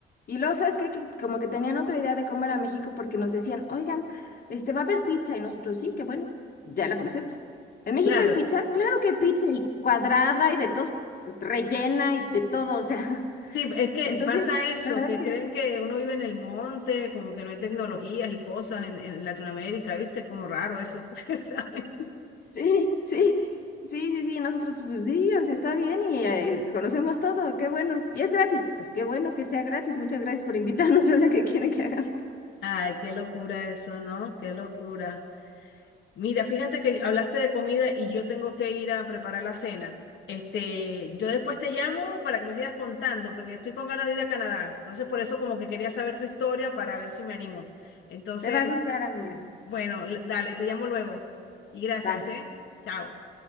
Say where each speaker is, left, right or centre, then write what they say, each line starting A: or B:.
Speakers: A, on the left; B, on the left.
A: y luego, ¿sabes qué? Que como que tenían otra idea de cómo era México porque nos decían, oigan, este va a haber pizza y nosotros sí, que bueno, ya la conocemos. ¿En México
B: Claro,
A: hay pizza? Claro que hay pizza y cuadrada y de todos, pues, rellena y de todo, o sea. <laughs>
B: sí, es que
A: Entonces,
B: pasa eso,
A: la verdad
B: que
A: es que
B: creen
A: es-
B: que uno vive en el monte, como que no hay tecnologías y cosas en, en Latinoamérica, ¿viste? Es como raro eso, <laughs> ¿saben?
A: sí, sí, sí, sí, sí, nosotros pues sí, o sea, está bien y eh, conocemos todo, qué bueno. Y es gratis, pues qué bueno que sea gratis. Muchas gracias por invitarnos, <laughs> o sea, que quieren que hagamos.
B: Ay, qué locura eso, ¿no? Qué locura. Mira, fíjate que hablaste de comida y yo tengo que ir a preparar la cena. Este, yo después te llamo para que me sigas contando, porque estoy con ganas de ir a Canadá. Entonces, por eso como que quería saber tu historia para ver si me animo. Entonces,
A: Te va a gustar, amiga.
B: bueno, l- dale, te llamo luego. Y gracias,
A: Bye.
B: ¿eh? Chao.